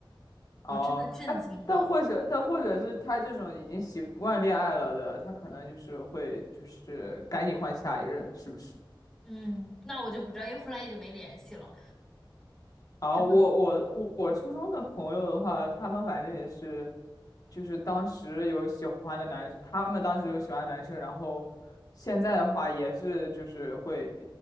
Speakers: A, on the left; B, in the centre.
A: 哦，
B: 我真的震惊了。
A: 哎，但或者但或者是他这种已经习惯恋爱了的，他可能就是会就是赶紧换下一任，是不是？
B: 嗯，那我就不知道，因为后来也就没联系了。
A: 啊，
B: 真的，
A: 我我我我初中的朋友的话，他们反正也是，就是当时有喜欢的男，他们当时有喜欢的男生，然后现在的话也是就是会，